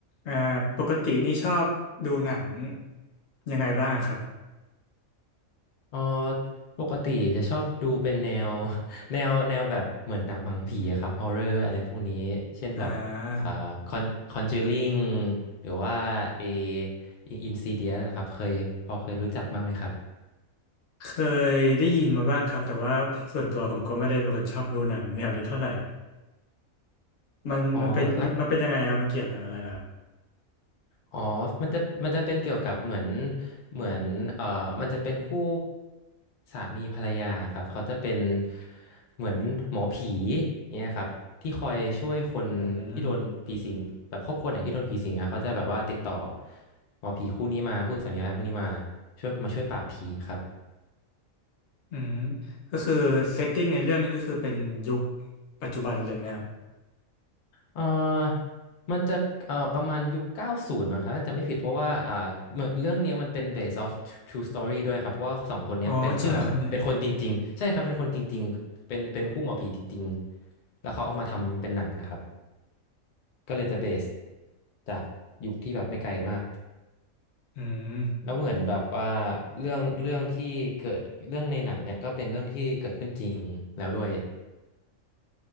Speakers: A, on the left; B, on the left.
A: อ่าปกตินี่ชอบดูหนังยังไงบ้างครับ
B: เอ๋อปกติจะชอบดูเป็นแนว <laughs> แนวแนวแบบเหมือนหนังหนังผีอะครับฮอ r ์เรอร์อะไรพวกนี้เช่นแบบอ่าคอนคอนเจอริง
A: อ่า
B: หรือว่าเออินซีเดียนะครับเคยพอเคยรู้จักบ้างไหมครับ
A: เคยได้ยินมาบ้างครับแต่ว่าส่วนตัวผมก็ไม่ได้เป็นคนชอบดูหนังแนวนี้เท่าไหร่มันมันเป็นมันมันเป็นยังไงครับมันเกี่ยวกับอะไรนะครับ
B: อ๋อแล้ว อ๋อมันจะมันจะเป็นเกี่ยวกับเหมือนเหมือนเอ่อมันจะเป็นคู่สามีภรรยาครับ เขาจะเป็นเหมือนหมอผีเนี่ยครับที่คอยช่วยคนที่โดนผีสิงแบบครอบครัวไหนที่โดนผีสิงอะเขาจะแบบว่าติดต่อ
A: อืม
B: หมอผีคู่นี้มาคู่สามีภรรยาคู่นี้มาช่วยมาช่วยปราบผีครับ
A: อืมก็คือเซตติ้งในเรื่องนี้ก็คือเป็นยุคปัจจุบันเลยไหมครับ
B: เออมันจะเอ่อประมาณยุค90มั้งครับถ้าจะไม่ผิดเพราะว่าอ่าเหมือนเรื่องเนี้ยมันเป็น based off true story ด้วยครับเพราะว่าสองคนเนี้ยเป็นเอ่อเป็นคนจริงๆใช่ครับเป็นคนจริงๆเป็นเป็นคู่หมอผีจริงๆแล้วเขาเอามาทำเป็นหนังนะครับ
A: อ๋อจริงเหรอครับเนี่ย
B: ก็เลยจะ base จากยุคที่แบบไม่ไกลมาก
A: อืม
B: แล้วเหมือนแบบว่าเรื่องเรื่องที่เกิดเรื่องในหนังเนี่ยก็เป็นเรื่องที่เกิดขึ้นจริงแล้วด้วย